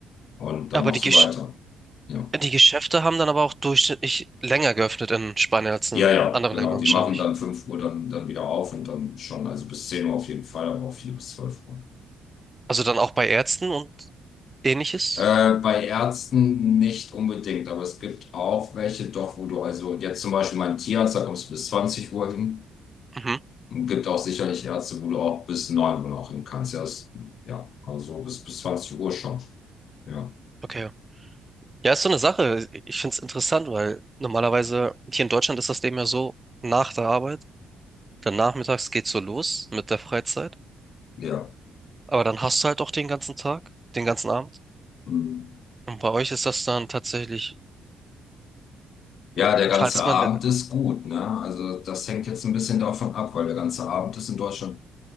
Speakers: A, on the left; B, on the right.
A: Und dann
B: Aber
A: machst
B: die Gesch
A: du weiter. Ja.
B: die Geschäfte haben dann aber auch durchschnittlich länger geöffnet in Spanien als
A: Ja,
B: in
A: ja,
B: anderen
A: genau.
B: Ländern
A: Die
B: wahrscheinlich.
A: machen dann 5 Uhr dann, dann wieder auf und dann schon, also bis 10 Uhr auf jeden Fall, aber auch 4 bis 12 Uhr.
B: Also dann auch bei Ärzten und Ähnliches?
A: Ja. Äh, bei Ärzten nicht unbedingt, aber es gibt auch welche doch, wo du also jetzt zum Beispiel meinen Tierarzt, da kommst du bis 20 Uhr hin.
B: Mhm.
A: Und gibt auch sicherlich Ärzte, wo du auch bis 9 Uhr noch hin kannst. Ja, das, ja, also bis, bis 20 Uhr schon. Ja,
B: Okay. Ja, ist so eine Sache. Ich finde es interessant, weil normalerweise hier in Deutschland ist das Leben ja so, nach der Arbeit, dann nachmittags geht's so los mit der Freizeit,
A: ja.
B: aber dann hast du halt auch den ganzen Tag, den ganzen Abend.
A: Mhm.
B: Und bei euch ist das dann tatsächlich,
A: Ja, der ganze
B: falls
A: Abend
B: man,
A: ist gut, ne? Also das hängt jetzt ein bisschen davon ab, weil der ganze Abend ist in Deutschland